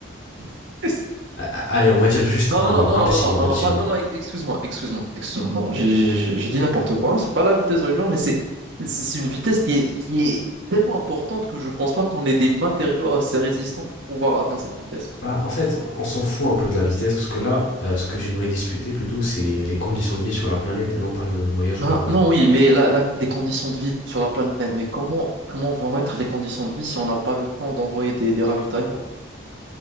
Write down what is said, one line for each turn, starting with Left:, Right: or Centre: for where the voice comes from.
Right: <laughs>
Left: A- a- Allez, on va dire juste
Right: Non,
Left: un
Right: non,
Left: mois,
Right: non, non,
Left: un
Right: non,
Left: petit
Right: non, non,
Left: mois,
Right: non,
Left: un petit
Right: non, pas,
Left: mois.
Right: non, non, ex- excuse-moi, excuse-moi, excuse-moi. Non, non, j'ai j'ai- j'ai- j'ai dit n'importe quoi. C'est pas la vitesse de la lumière, mais c'est c'est c'est une vitesse qui est, qui est tellement importante que je pense pas qu'on ait des matériaux assez résistants pour pouvoir atteindre cette vitesse.
Left: Bah, en fait, on s'en fout un peu de la vitesse parce que là, euh, ce que j'aimerais discuter plutôt, c'est les conditions de vie sur la planète et non pas le voyage
Right: Ben
Left: en lui-même.
Right: non, oui, mais la- la- les conditions de vie sur la planète, mais comment, comment vont être les conditions de vie si on n'a pas le temps d'envoyer des, des ravitaillements?